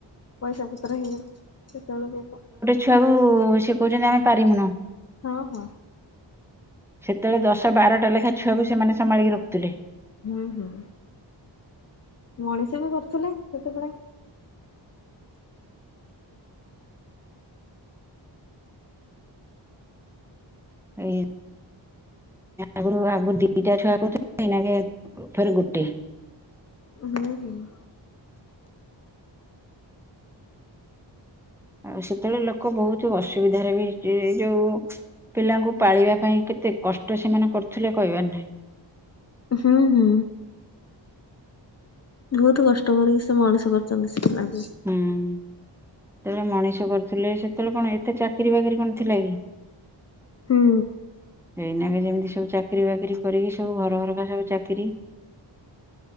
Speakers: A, on the left (about 35°); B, in the centre.
A: ପଇସା ପତ୍ର ହେଇ ସେତେବେଳେ ପଇସା
B: ଛୁଆକୁୁ ସେ କହୁଛନ୍ତି ଆମେ ପାରିବୁନୁ।
A: ହଁ ହଁ।
B: ସେତେବେଳେ ଦଶ ବାରଟା ଲେଖା ଛୁଆକୁ ସେମାନେ ସମ୍ଭାଳିକି ରଖୁଥିଲେ।
A: ହୁଁ ହୁଁ ମଣିଷ ବି କରୁଥିଲେ, ସେତେବେଳେ।
B: <unintelligible> ଆଗରୁ ଆଗରୁ ଦି ଦିଟା ଛୁଆ କରୁଥିଲେ କି ନାହିଁ ଏବେ ଫେରେ ଗୋଟେ
A: <unintelligible>
B: ଆଉ ସେତେବେଳେ ଲୋକ ବହୁତ ଅସୁବିଧାରେ ବି ସେ ଯୋଉ ପିଲାଙ୍କୁ ପାଳିବା ପାଇଁ କେତେ କଷ୍ଟ ସେମାନେ କରୁଥିଲେ କହିବାର ନାହିଁ।
A: ହୁଁ ହୁଁ। ବହୁତ କଷ୍ଟ କରିକି ସେ ମଣିଷ କରିୁଛନ୍ତି ସେ ପିଲାକୁ।
B: ହୁଁ ସେତେବେଳେ ମଣିଷ କରୁଥିଲେ ସେତେବେଳେ କଣ ଏତେ ଚାକିରିୀ ବାକିରି କଣ ଥିଲା କି?
A: ହୁଁ।
B: ଏଇନାକେ ଯେମିତି ସବୁ ଚାକିରି ବାକିରି କରିକି ସବୁ ଘର ଘରକା ସବୁ ଚାକିରି।